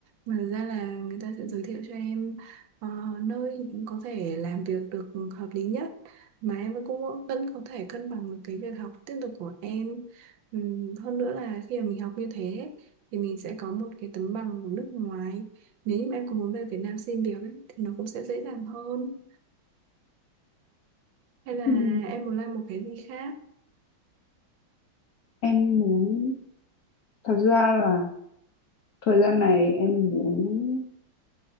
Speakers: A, on the right (about 75°); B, on the left (about 75°).
A: mà thực ra là người ta sẽ giới thiệu cho em ờ, nơi em có thể làm việc được hợp lý nhất mà em cũng vẫn có thể cân bằng được cái việc học tiếp tục của em Ừm, hơn nữa là khi mà mình học như thế thì mình sẽ có một cái tấm bằng của nước ngoài nếu như mà em có muốn về Việt Nam xin việc ấy, thì nó cũng sẽ dễ dàng hơn hay là
B: Ừm,
A: em muốn làm một cái gì khác
B: em muốn thật ra là thời gian này em muốn